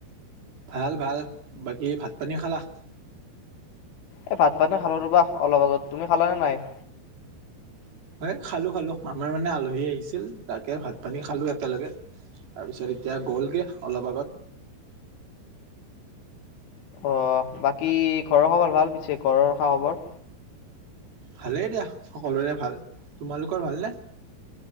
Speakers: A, on the right; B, on the left.
A: ভাল, ভাল। বাকী ভাত পানী খালা?
B: এ, ভাত পানী খালো ৰবা অলপ আগত। তুমি খালানে নাই?
A: এ, খালো, খালো। আমাৰ মানে আলহী আহিছিল তাকে ভাত পানী খালো একেলগে। তাৰ পিছত এতিয়া গ'লগে। অলপ আগত।
B: অ', বাকী ঘৰৰ খবৰ ভাল পিছে ঘৰৰ খা খবৰ?
A: ভালেই দিয়া, সকলোৰে ভাল। তোমালোকৰ ভালনে?